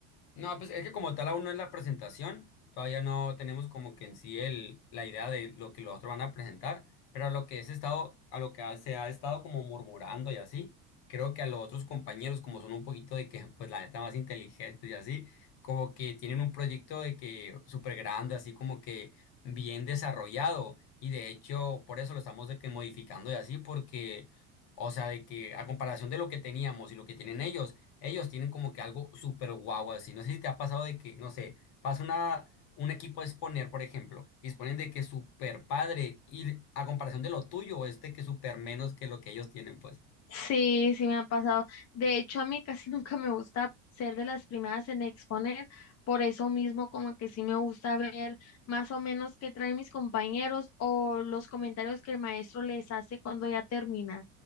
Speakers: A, on the left (about 55°); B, on the left (about 35°).
A: No, pues es que como tal aún no es la presentación, todavía no tenemos como que en sí el, la idea de lo que los otros van a presentar, pero a lo que es estado, a lo que ha- se ha estado como murmurando y así, creo que a los otros compañeros, como son un poquito de que, pues la neta más inteligentes y así, como que tienen un proyecto de que súper grande, así como que bien desarrollado, y de hecho por eso lo estamos de que modificando y así, porque, o sea, de que a comparación de lo que teníamos y lo que tienen ellos, ellos tienen como que algo súper guau así. No sé si te ha pasado de que, no sé, pasa una, un equipo a exponer, por ejemplo, y exponen de que súper padre y a comparación de lo tuyo es de que súper menos que lo que ellos tienen, pues.
B: Sí, sí me ha pasado. De hecho, a mí casi nunca me gusta ser de las primeras en exponer, por eso mismo como que sí me gusta ver más o menos qué traen mis compañeros o los comentarios que el maestro les hace cuando ya termina,